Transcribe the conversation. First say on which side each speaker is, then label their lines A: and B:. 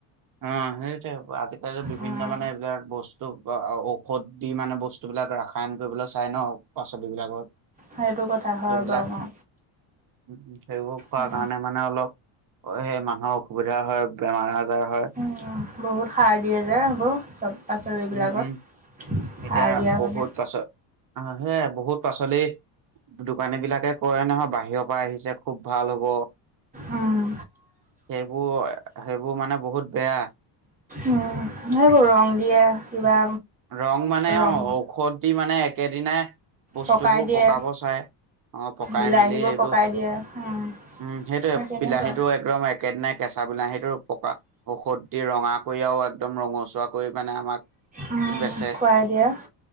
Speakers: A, on the right (about 40°); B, on the right (about 15°).
A: অ' সেইতে আজিকালি বিভিন্ন
B: উম
A: মানে এইবিলাক বস্তু ঔষধ দি মানে বস্তুবিলাক ৰাসায়ন কৰিবলৈ চাই ন পাচলিবলাকত।
B: সেইটো কথা হয়
A: সেইবিলাক
B: বাৰু অ।
A: উ সেইবোৰ খোৱা
B: উম
A: কাৰণে মানে অলপ সেই মানুহৰ অসুবিধা হয় বেমাৰ আজাৰ হয়।
B: উম, বহুত সাৰ দিয়ে যে এইবোৰ চব পাচলিবিলাকত।
A: উম, উম, এতিয়া
B: সাৰ দিয়া
A: বহুত
B: কাৰণে
A: পাছল আহ সে বহুত পাচলি দোকানী বিলাকে কয় নহয় বাহিৰৰ পৰা আহিছে খুব ভাল হ'ব
B: উম,
A: সেইবোৰ- সেইবোৰ মানে বহুত বেয়া।
B: উম সেইবোৰ ৰং দিয়ে কিবা
A: ৰং মানে
B: ৰং
A: অ ঔষধ দি মানে একেদিনাই বস্তুবোৰ
B: পকাই দিয়ে
A: পকাব চায়। অ' পকাই
B: বিলাহীবোৰ
A: মেলি এইটো
B: পকাই দিয়ে উম,
A: উম সেইটোয়ে
B: সেই তেনেকুৱা
A: বিলাহীটো একদম একেদিনাই কেঁচা বিলাহীটো পকা ঔষধ দি ৰঙা কৰি আৰু একদম ৰঙচুৱা কৰি মানে আমাক
B: উম
A: বেচে।
B: খুৱাই দিয়ে